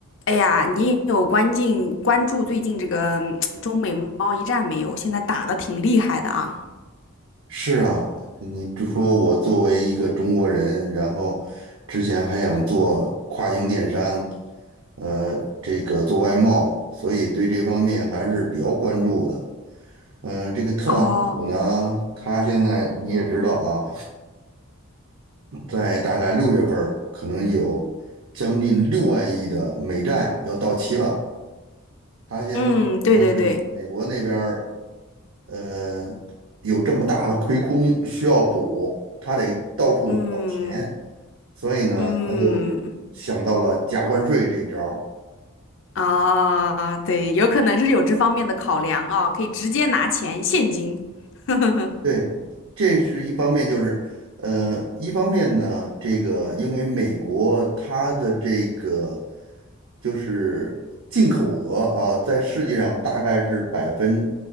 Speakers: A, on the left (about 60°); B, on the right (about 70°).
A: 哎呀，你有关进关注最近这个嗯中美贸易战没有？现在打的挺厉害的啊。
B: 是啊，你就说我作为一个中国人，然后之前还想做跨境电商，呃，这个做外贸，所以对这方面还是比较关注的。呃，这个特朗普呢，
A: 哦，
B: 他现在你也知道啊，在大概六月份儿可能有将近六万亿的美债要到期了。他现在说是美国那边儿
A: 嗯，对对对，
B: 呃有这么大的亏空需要补，他得到处找钱。
A: 嗯
B: 所以呢，
A: 嗯
B: 他就想到了加关税这一招儿。
A: 啊，对，有可能是有这方面的考量啊，可以直接拿钱现金。<laughs>
B: 对，这是一方面，就是，呃，一方面呢，这个因为美国它的这个就是进口额啊，在世界上大概是百分